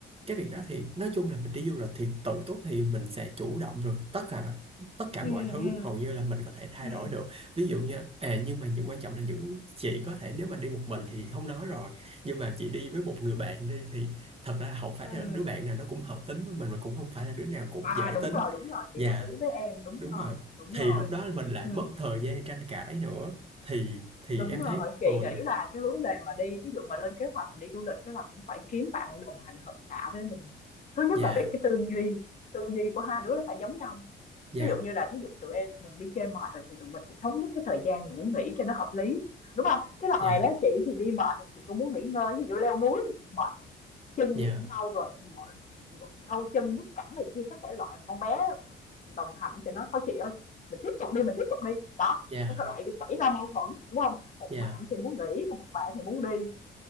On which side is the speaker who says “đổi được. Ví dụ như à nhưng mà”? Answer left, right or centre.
Right